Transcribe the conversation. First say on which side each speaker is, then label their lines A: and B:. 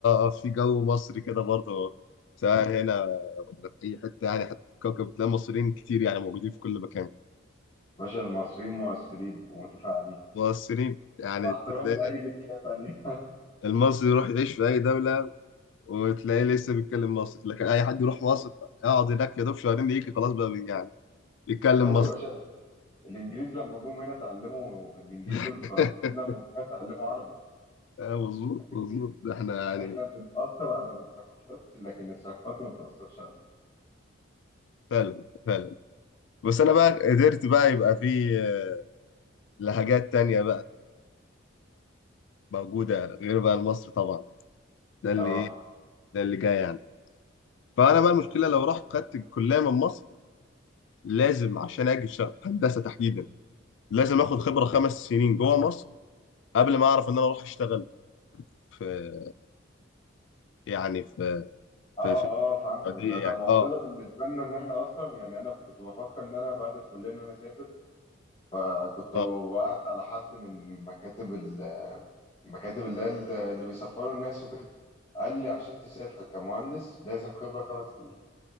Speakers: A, on the left; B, on the left.
A: اه آه، في جو مصري كده برضه سواء هنا ولا في اي حته يعني حتى في الكوكب بتلاقي مصريين كتير يعني موجودين في كل مكان
B: باشا المصريين مؤثرين ومتفاعلين
A: مصريين يعني
B: مع احترامي
A: تلاقي
B: لأي جنسية تانية <laughs>
A: المصري يروح يعيش في اي دوله وتلاقيه لسه بيتكلم مصري لكن اي حد يروح مصر يقعد هناك يا دوب شهرين يجي خلاص بقى بي- يعني يتكلم
B: أيوة
A: مصري
B: يا باشا الإنجليز لما جم هنا اتعلموا الإنجليز
A: <laughs>
B: والفرنسيين لما جم هنا اتعلموا عربي
A: آه، مظبوط
B: فاهمني؟
A: مظبوط ده احنا يعني
B: إحنا بنأثر على الثقافات لكن الثقافات ما بتأثرش علينا
A: فعلا فعلا بس انا بقى قدرت بقى يبقى في آه، لهجات تانية بقى موجودة غير بقى المصري طبعا ده اللي
B: اه
A: ايه ده اللي جاي يعني فانا
B: اه
A: بقى المشكلة لو رحت خدت الكلية من مصر لازم عشان اجي في هندسة تحديدا لازم اخد خبرة خمس سنين جوه مصر قبل ما اعرف ان انا اروح اشتغل في يعني في
B: اه
A: في في
B: اه فهمتك ده
A: دي
B: ده
A: يعني
B: معضلة
A: اه
B: بالنسبة لنا إن إحنا أصلا يعني أنا كنت بفكر إن أنا بعد الكلية إن أنا أسافر فكنت
A: اه
B: وقعت على حد من مكاتب ال- المكاتب اللي هي ال- اللي بيسفروا الناس وكده قال لي عشان تسافر كمهندس لازم خبرة خمس سنين